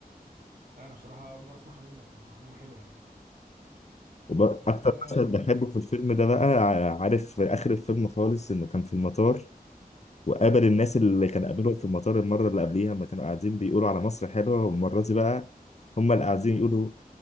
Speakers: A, on the right (about 75°); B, on the left (about 45°).
A: لا انا بصراحة اول مرة اسمعها منك فمعلومة حلوة يعني
B: وأكتر
A: انت بقى يعني
B: مشهد بحبه في الفيلم ده بقى ع- عارف في آخر الفيلم خالص إنه كان في المطار وقابل الناس اللي كان قابلهم في المطار المرة اللي قبليها لما كانوا قاعدين بيقولوا على مصر حلوة والمرة دي بقى هم اللي قاعدين يقولوا